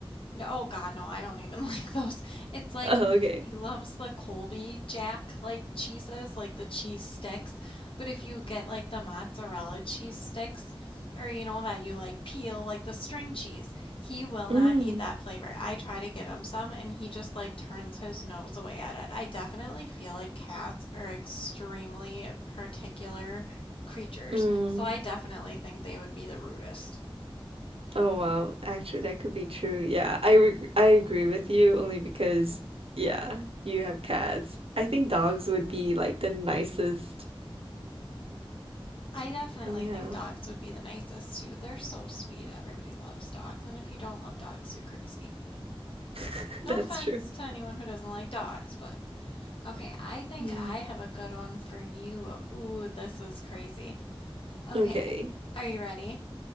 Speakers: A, on the left; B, on the right.
A: no, oh God, no, I don't even <laughs> like those. It's like
B: <laughs> oh, okay.
A: he loves the Colby Jack like cheeses, like the cheese sticks. But if you get like the mozzarella cheese sticks or you know that you like peel like the string cheese, he will
B: Mm.
A: not eat that flavor. I try to give him some and he just like turns his nose away at it. I definitely feel like cats are extremely particular creatures,
B: Mm.
A: so I definitely think they would be the rudest.
B: Oh wow, actually that could be true. Yeah, I reg I agree with you only because yeah, you have cats. I think dogs would be like the nicest.
A: I definitely
B: Yeah,
A: think dogs would be the nicest too. They're so sweet. Everybody loves dogs, and if you don't love dogs, you're crazy.
B: <laughs>
A: No
B: that's
A: offense
B: true.
A: to anyone who doesn't like dogs, but okay, I think
B: Yeah.
A: I have a good one for you. Ooh, this is crazy. Okay,
B: Okay.
A: are you ready?